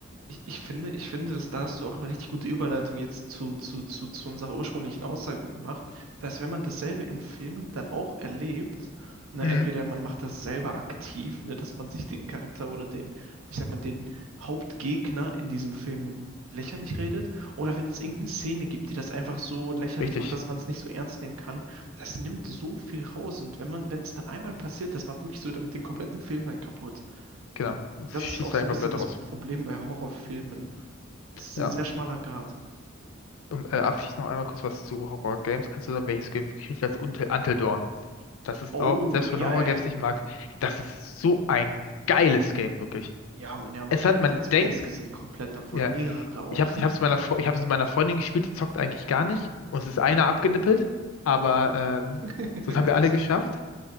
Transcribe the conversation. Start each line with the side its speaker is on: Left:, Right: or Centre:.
Right: Ich, ich finde, ich finde, dass da hast du auch eine richtig gute Überleitung jetzt zu, zu, zu, zu unserer ursprünglichen Aussage gemacht, dass wenn man dasselbe in Filmen dann auch erlebt, ne,
Left: Mhm.
Right: entweder man macht das selber aktiv, ne, dass man sich den Charakter oder den, ich sag mal, den Hauptgegner in diesem Film lächerlich redet, oder wenn es irgendeine Szene gibt, die das einfach so lächerlich
Left: Richtig,
Right: macht, dass man es nicht so ernst nehmen kann, das nimmt so viel raus. Und wenn man, wenn es dann einmal passiert, das macht wirklich so den, den kompletten Film dann kaputt.
Left: genau. Das
Right: Das
Left: schießt
Right: ist auch so
Left: dann
Right: ein
Left: komplett
Right: bisschen das
Left: raus.
Right: Problem bei Horrorfilmen es Ist
Left: Ja.
Right: ein sehr schmaler Grat.
Left: Und äh, abschließend noch einmal kurz was zu Horror-Games. Also welches Game wirklich richtig als Until Until Dawn. Das ist
Right: Oh,
Left: auch, selbst
Right: ja,
Left: wenn Horror-Games
Right: ja, ja.
Left: nicht mag,
Right: Ja,
Left: das ist so ein geiles Game, wirklich.
Right: ja, Mann, ja, Mann.
Left: Es
Right: Ich
Left: hat,
Right: habe
Left: man
Right: Let's Plays
Left: denkt,
Right: gesehen, komplett davon.
Left: ja,
Right: Mehrere auch.
Left: ich hab's, ich hab's meiner, Fre- ich hab's mit meiner Freundin gespielt, die zockt eigentlich gar nicht. Uns ist einer abgenippelt, aber ähm,
Right: <laughs>
Left: das haben wir
Right: Ups.
Left: alle geschafft.